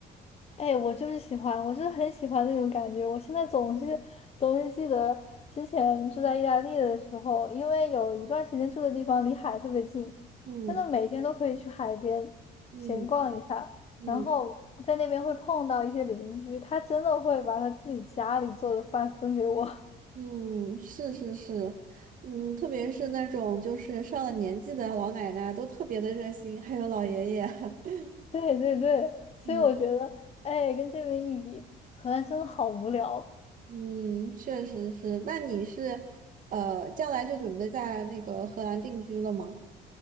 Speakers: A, on the left; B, on the right.
A: 哎，我就是喜欢，我就是很喜欢那种感觉。我现在总是总是记得之前住在意大利的时候，因为有一段时间住的地方离海特别近，
B: 嗯
A: 真的每天都可以去海边闲逛一下，
B: 嗯嗯
A: 然后在那边会碰到一些邻居，他真的会把他自己家里做的饭分给我。
B: 嗯，是是是，嗯，特别是那种就是上了年纪的老奶奶都特别的热心，还有老爷爷。<laughs>
A: <laughs> 对对对，所以我觉得，
B: 嗯
A: 哎，跟这边一比，荷兰真的好无聊。
B: 嗯，确实是。那你是，呃，将来就准备在那个荷兰定居了吗？